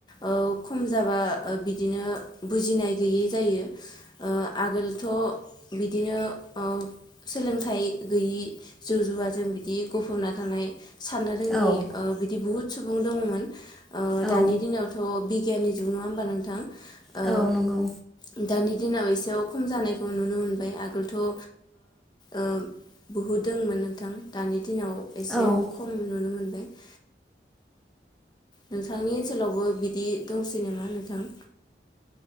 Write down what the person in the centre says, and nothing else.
औ
औ
औ नंगौ
औ